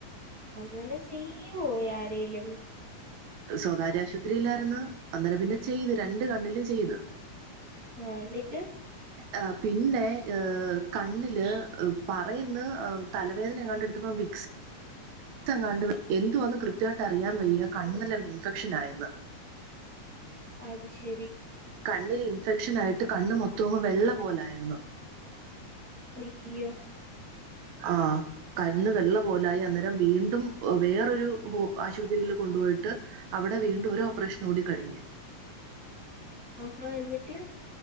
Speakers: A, on the right (about 30°); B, on the right (about 70°).
A: അങ്ങനെ ചെയ്യൂ യാ രേലും
B: സ്വകാര്യാശുപത്രിയിലാരുന്നു അന്നേരം പിന്നെ ചെയ്തു രണ്ടു കണ്ണിലും ചെയ്തു
A: ആ ന്നിട്ട്
B: ആ പിന്നെ കണ്ണില് പറയുന്ന് തലവേദന എങ്ങാണ്ട് എടുത്തപ്പം വിക്സ് തെങ്ങാണ്ട് എന്തു വാന്ന് കൃത്യ ട്ട് അറിയൻ വയ്യ കണ്ണിലങ്ങ്
A: ഓ
B: ഇൻഫെക്ഷൻ ആയി ന്ന്
A: അത് ശരി
B: കണ്ണില് ഇൻഫെക്ഷൻ ആയിട്ട് കണ്ണ് മൊത്തവും വെള്ള പോലായന്ന്
A: അയ്യോ
B: ആ കണ്ണ് വെള്ള പോലായി അന്നേരം വീണ്ടും വേറൊരു ആശുപത്രീൽ കൊണ്ടുപോയിട്ട് അവിടെ വീണ്ടും ഒരോപ്രേഷൻ കൂടി കഴിഞ്ഞ്
A: ആഹാ എന്നിട്ട്